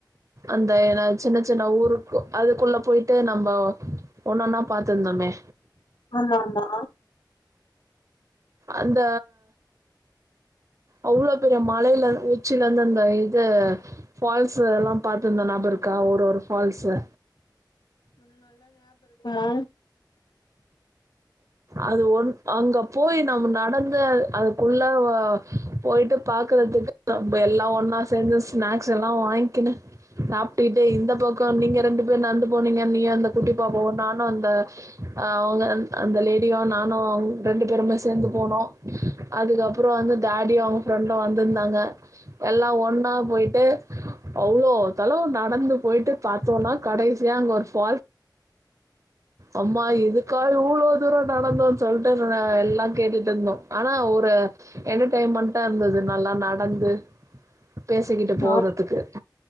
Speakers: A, on the right (about 40°); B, on the left (about 70°).
A: அந்த என்ன சின்ன சின்ன ஊருக்கு அதுக்குள்ள போயிட்டு நம்ப ஒன்னு ஒன்னா பாத்துருந்தோமே
B: ஆம்மா ஆமா
A: அந்த அவ்ளோ பெரிய மலையல உச்சில இருந்து அந்த இது ஃபால்ஸ் எல்லா பாத்துருந்த ஞாபக இருக்கா ஒரு ஒரு ஃபால்ஸ்சு
B: ஆ
A: அது ஓன் அங்க போய் நம்ம நடந்து அது அதுக்குள்ள வ போயிட்டு பாக்குறதுக்கு எல்லா ஒன்னா சேந்து ஸ்நாக்ஸ் எல்லா வாங்கிக்கனுு சாப்ட்டுட்டு இந்த பக்க நீங்க ரெண்டு பேர் நடந்து போனீங்க நீ அந்த குட்டி பாப்ப ஒ நானு அந்த ஆ அவுங்க அந்த லே டி நானு ரெண்டு பேருமே சேந்து போனோ அதுக்கப்புற வந்து டேடியோ அவுங்க ஃப்ரெண்டோ வந்துருந்தாங்க எல்லா ஒன்னா போயிட்டு அவ்ளோ தளவு நடந்து போயிட்டு பாத்தோனா கடைசியா அங்க ஒரு ஃபால் ஆமா இதுக்காக இவ்ளோ தூர நடந்தோன் சொல்ட்டு எல்லா கேட்டுட்டு இருந்தோ ஆனா ஒரு என்டர்டெயன்மெண்டா இருந்தது நல்லா நடந்து பேசிக்கிட்டு போறதுக்கு.
B: ஆம்